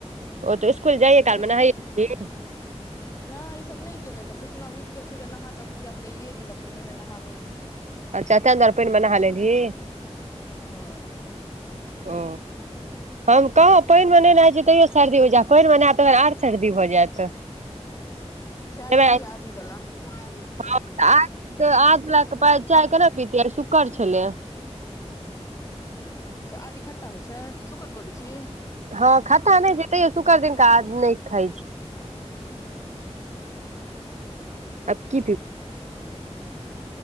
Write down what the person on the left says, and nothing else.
ई सब
स्कूल
नहि ईसभ नहि गेलै तऽ सोचलहुँ उठि गेल छी तऽ नहा कऽ पूजा कैए ली तऽ पइनेमे नहा लेलहुँ
हँ
चाय पी
आदी बला अच्छा
आदी खट्टा होइ छै शुकरकरै छी